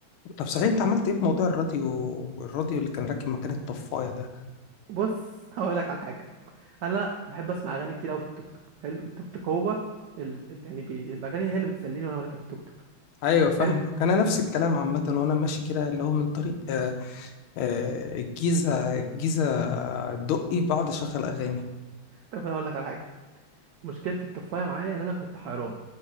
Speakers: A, on the left; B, on the right.
A: طب صحيح انت عملت ايه في موضوع الراديو والراديو اللي كان راكب مكان الطفايه ده
B: بص هقول لك على حاجه انا بحب اسمع اغاني كتير قوي في التوك توك حلو التوك توك هو ال... ال... يعني بي... الاغاني هي اللي بتسليني وانا بركب التوك توك
A: ايوه فاهمك
B: حلو
A: انا نفس الكلام عامه وانا ماشي كده اللي هو من طريق آه آه الجيزه الجيزه الدقي بقعد اشغل اغاني
B: طب انا اقول لك على حاجه مشكلة الطفاية معايا ان انا كنت حيران